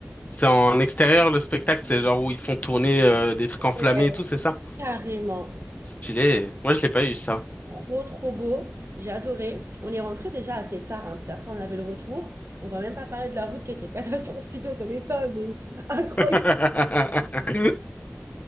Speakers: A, on the left; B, on the right.
A: c'est en extérieur le spectacle, c'est genre où ils font tourner euh, des trucs enflammés
B: Ouais.
A: et tout, c'est ça?
B: Carrément.
A: Stylé. Moi, je l'ai pas eu ça.
B: Trop, trop beau. J'ai adoré. On est rentré déjà assez tard, hein, parce qu'après, on avait le retour. On va même pas parler de la route qui était <laughs> catastrophique dans son état, mais <laughs> incroyable.
A: <laughs>